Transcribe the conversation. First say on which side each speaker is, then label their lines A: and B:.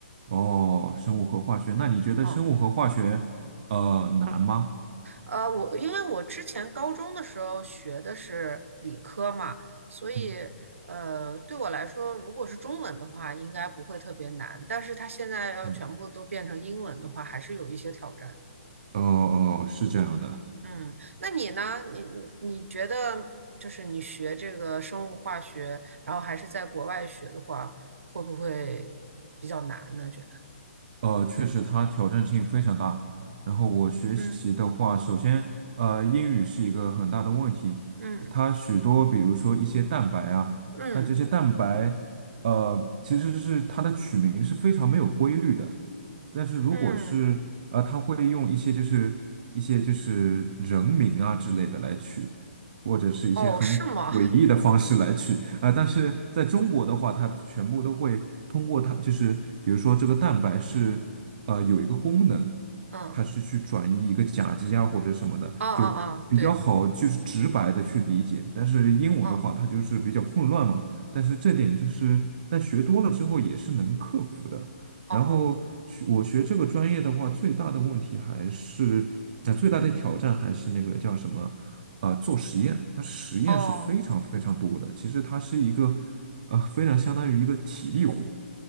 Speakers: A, on the right; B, on the right.
A: 哦，生物和化学，那你觉得生物和化学呃难吗？
B: 嗯，呃，我因为我之前高中的时候学的是理科嘛，所以呃，
A: 嗯。
B: 对我来说，如果是中文的话，应该不会特别难。但是它现在要全部都变成英文的话，
A: 嗯，
B: 还是有一些挑战的。
A: 哦哦，是这样的。
B: 嗯，那你呢？你你你觉得，就是你学这个生物化学，然后还是在国外学的话，会不会比较难呢？觉得？
A: 呃，确实它挑战性非常大。然后我学习的话，
B: 嗯。
A: 首先，呃，英语是一个很大的问题。
B: 嗯
A: 它许多，比如说一些蛋白啊，
B: 嗯
A: 它这些蛋白，呃，其实是它的取名是非常没有规律的。但是如果是呃，
B: 嗯，
A: 他会用一些就是一些就是人名啊之类的来取，或者是一些很诡异的方式来取啊、
B: 哦，是吗？
A: 呃但是在中国的话，它全部都会通过它，就是比如说这个蛋白是呃有一个功能，
B: 嗯，
A: 它是去转移一个甲基啊或者什么的，
B: 啊啊啊，
A: 就比较好就是直白的去理解。
B: 对，
A: 但是英文的话，
B: 嗯，
A: 它就是比较混乱嘛。但是这点就是，但学多了之后也是能克服的。
B: 哦
A: 然后学我学这个专业的话，最大的问题还是，那、最大的挑战还是那个叫什么，啊、做实验，它实验是非常非常多的。
B: 哦，
A: 其实它是一个，啊、非常相当于一个体力活。